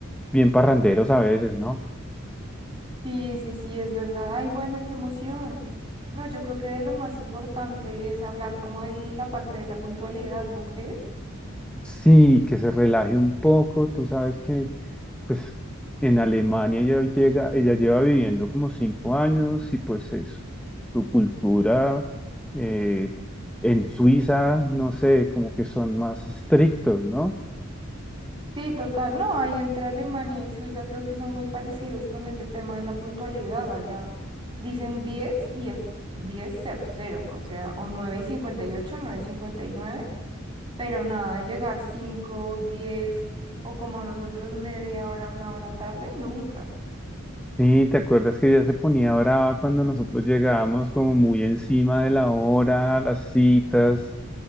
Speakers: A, in the centre; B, on the right (about 25°).
A: bien parranderos a veces, ¿no?
B: Sí, sí, sí, es verdad. Ay, bueno, qué emoción. No, yo creo que de lo más importante es hablar como de la parte de la puntualidad, ¿no crees?
A: Sí, que se relaje un poco, tú sabes que pues en Alemania ella llega, ella lleva viviendo como cinco años y pues es su cultura eh, en Suiza, no sé, como que son más estrictos, ¿no?
B: Sí, total. No, ahí entre Alemania y Suiza creo que son muy parecidos con ese tema de la puntualidad. Allá dicen 10 y es diez cero cero, o sea, o 9 y 58, 9 y 59, pero nada de llegar 5, 10 o como nosotros media hora, una hora tarde, nunca.
A: Sí, ¿te acuerdas que ella se ponía brava cuando nosotros llegábamos como muy encima de la hora, a las citas?